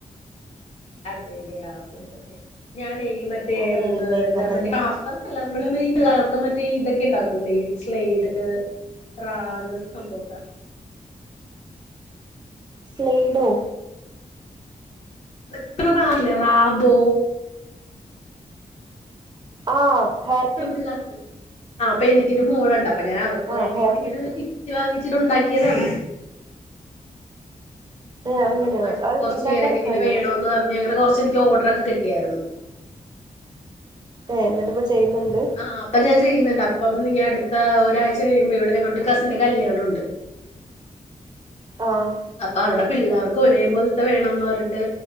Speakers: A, on the left; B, on the right.
A: അതെ ല്ലെ ആഹ് ഓക്കെ ഓക്കെ ഓക്കെ. ഞാനേ ഈ മറ്റേ
B: ഞാൻ എഴുന്നേക്കാൻ
A: എന്താ
B: തന്നെ
A: മറ്റേ കാഫ് വർ അല്ല നമ്മള് <unintelligible> ഈ പിള്ളേർക്ക് മറ്റേ ഇതെക്കെ ഇണ്ടാക്കുലേ ഈ സ്ലൈഡ്, റാ അങ്ങൻത്ത സംഭവൊക്കെ.
B: സ്ലൈഡോ
A: എത്ര നാളില്ലെ റാബോ
B: ഓഹ് ഹോർ
A: പെൺപിള്ളാർക്ക് ആഹ് അപ്പൊ എനിക്കൊര് മോളുണ്ട് അപ്പൊ ഞാൻ അവക്ക്
B: ആഹ്
A: വേണ്ടീട്ട്
B: ഹെയർ
A: ഇങ്ങനൊരു
B: ക്ലിപ്പ്
A: കി റ്റ് വാങ്ങിച്ചിട്ടു ഉണ്ടാക്കിയതാണ്
B: ഏഹ്
A: അപ്പം
B: അങ്ങനെയോ
A: അടുത്ത്
B: അത്
A: കൊറ്ച്ച്
B: ഇണ്ടാക്കാനൊക്കെ
A: പേരൊക്കെ ഇങ്ങനെ
B: അറിയോ
A: വേണോന്ന് പറഞ്ഞ് അങ്ങനെ കൊറ്ച്ച് എനിക്ക് ഓഡ്രക്ക കിട്ടിയാർന്നു
B: ഏഹ് എന്നിട്ടിപ്പൊ ചെയ്യ്ന്ന്ണ്ട്
A: ആഹ് അപ്പ ഞാൻ ചെയ്യ്ന്ന്ണ്ട് അപ്പം ഈ അടുത്ത ഒരാഴ്ച കഴിയുമ്പൊ ഇവിടെ നങ്ങളുടെ കസിന്റെ കല്യാണം ഉണ്ട്
B: ആഹ്
A: അപ്പൊ അവിടെ പിള്ളാർക്ക് ഒരേപോല്ത്തെ വേണംന്ന് പറഞ്ഞിട്ട്